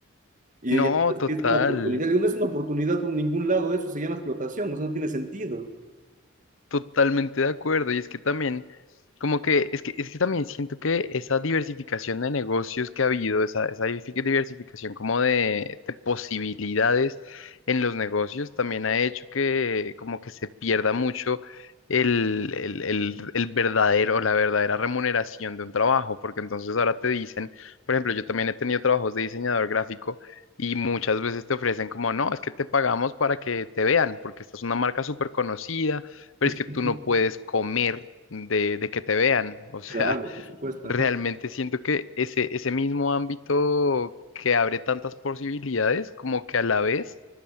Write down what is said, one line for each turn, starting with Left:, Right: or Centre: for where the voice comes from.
Right: Y ella,
Left: No,
Right: no,
Left: total.
Right: es que es una oportunidad. Le digo, no es una oportunidad por ningún lado, eso se llama explotación, eso no tiene sentido.
Left: Totalmente de acuerdo. Y es que también, como que, es que, es que también siento que esa diversificación de negocios que ha habido, esa, esa diversifi- diversificación como de, de posibilidades en los negocios, también ha hecho que como que se pierda mucho el, el, el, el verdadero, la verdadera remuneración de un trabajo, porque entonces ahora te dicen, por ejemplo, yo también he tenido trabajos de diseñador gráfico. Y muchas veces te ofrecen como, no, es que te pagamos para que te vean, porque esta es una marca súper conocida, pero es
Right: <laughs>
Left: que tú no puedes comer de, de que te vean. O sea,
Right: Claro, por supuesto,
Left: <laughs> realmente
Right: ajá.
Left: siento que ese, ese mismo ámbito que abre tantas posibilidades, como que a la vez